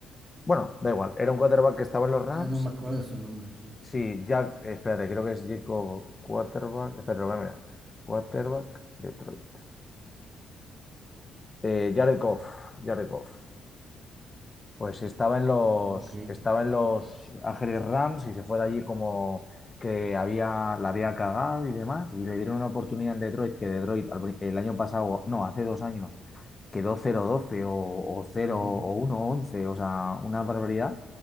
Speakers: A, on the left; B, on the right.
A: Bueno, da igual. Era un quarterback que estaba en los Rams.
B: Ay, no me acuerdo su nombre, sí.
A: Sí, Jack, espérate, creo que es Jacob quarterback. Espérate, lo voy a mirar. Quarterback Detroit. Eh, Jared Goff. Jared Goff. Pues estaba en los,
B: Ok.
A: estaba en los Ángeles Rams y se fue de allí como que había, la había cagado y demás. Y le dieron una oportunidad en Detroit, que Detroit al pri- el año pasado, no, hace dos años, quedó cero doce o, o 0
B: ujú.
A: o uno once o sea, una barbaridad.